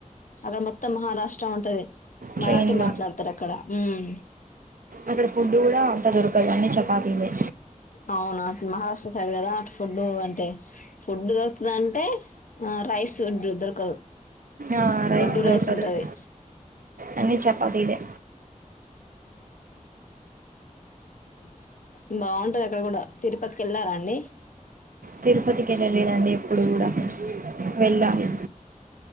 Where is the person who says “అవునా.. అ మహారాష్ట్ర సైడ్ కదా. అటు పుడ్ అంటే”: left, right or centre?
Left